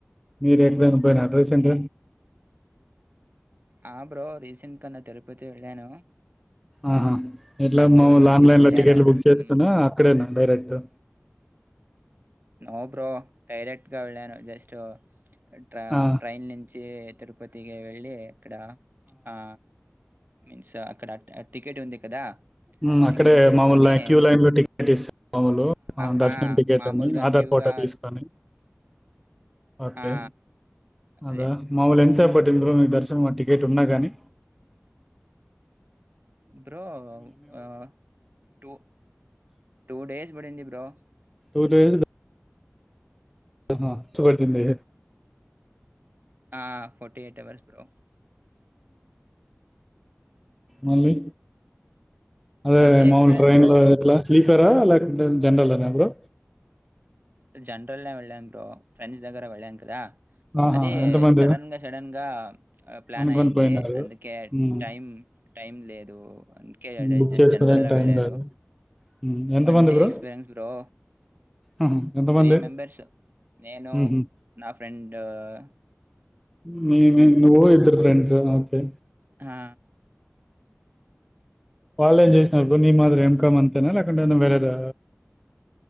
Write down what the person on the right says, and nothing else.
ఆ బ్రో రీసెంట్ క నా తిరుపతి వెళ్ళాను
బెంగుళూరు
నుంచి
వెళ్ళాను.
హ్మ్.
నో బ్రో డైరెక్ట్గా వెళ్లాను జస్ ట్ ట్ర
ట్రైన్ నుంచి తిరుపతికే వెళ్ళి ఇక్కడ ఆ మీన్స్ అక్కడ టికెట్ ఉంది కదా
టికెట్ తీసుకొని
హా
మామూలుగా
క్యూగా
ఆ
అదే
బ్రో ఆ టూ టూడేస్ బడింది ఇ బ్రో
ఆ ఫోర్టీ ఎయిట్ అవర్స్ బ్రో
మంచి
ఎక్స్పీరియన్స్
బ్రో
జనరల్ లో వెళ్లాన్ బ్రో ఫ్రెండ్స్ దగ్గర వెళ్ళాను కదా
అదే
సడన్ గా సడన్ గా ప్లాన్
అయింది
అందుకే
టైమ్ టైం లేదు అందుకే
జస్ట్
జనరల్ గా
వెళ్ళారు
మంచి
ఎక్స్పీరియన్స్ బ్రో
త్రీ మెంబర్స్ నేను
నా ఫ్రెండ్ స
ఆ!